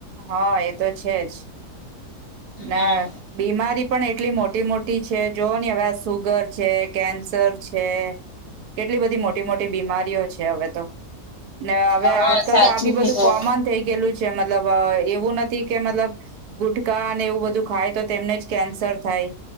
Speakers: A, on the right; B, on the left.
A: હા એ તો છે જ ના
B: હમ
A: બીમારી પણ એટલી મોટી મોટી છે જોવ હી હવે આ સુગર છે કેન્સર છે કેટલી બધી મોટી મોટી બીમારીઓ છે હવે તો. ને હવે
B: હા
A: આજકાલ
B: સાચું
A: તો આ બી
B: કીધું
A: બધું કોમન થઈ ગયેલું છે મતલબ એ વું નથી કે મતલબ ગુટ કા અને એવું બધું ખાય તો તેમને જ કેન્સર થાય